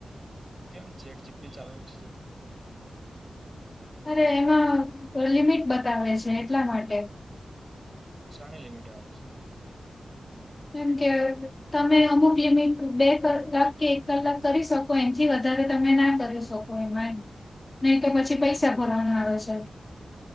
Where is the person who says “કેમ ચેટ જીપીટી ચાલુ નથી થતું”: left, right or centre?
Right